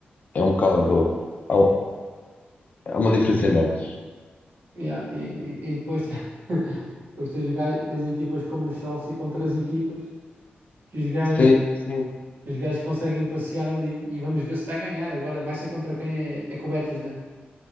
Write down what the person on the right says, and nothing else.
Yeah, E, e- e depois, te- <laughs> depois tens, gai- tens equipas como o Chelsea com três equipas que os gajos,
os gajos conseguem passear ali e vamos ver se vai ganhar. Agora vai ser contra quem é, é com o Betis, né?